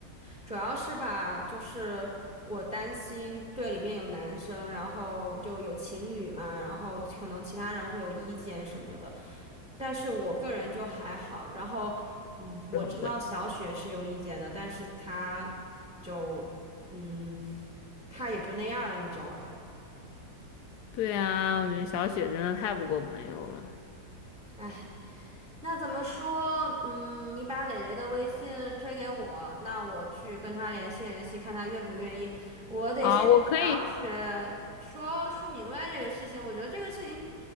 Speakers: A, in the centre; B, on the left.
A: 主要是吧，就是我担心队里面有男生，然后就有情侣嘛，然后可能其他人会有意见什么的，但是我个人就还好。然后，嗯，我知道小雪是有意见的，
B: 不是很贵。
A: 但是她就，嗯，她也就那样了，你知道的。
B: 对啊，我觉得小雪真的太不够朋友了。
A: 唉。那怎么说？嗯，你把磊磊的微信推给我，那我去跟他联系联系，看他愿不愿意。我得先找雪说说明白这个事情。
B: 啊！我可以，
A: 我觉得这个事情，